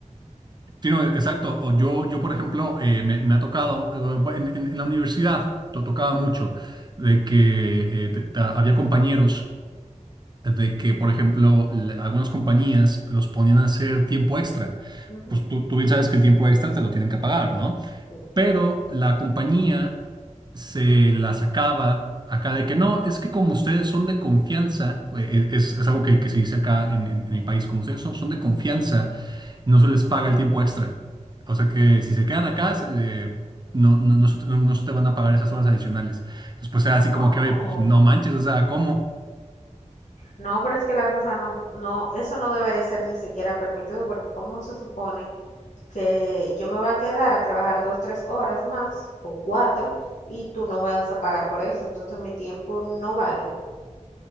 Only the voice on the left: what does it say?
Ujú.
Sí.
Oh,
no, pero es que la cosa no, no, eso no debería ser ni siquiera permitido porque ¿cómo se supone? que yo me voy a quedar a trabajar dos, tres horas más o cuatro y tú no me vas a pagar por eso, entonces mi tiempo no vale.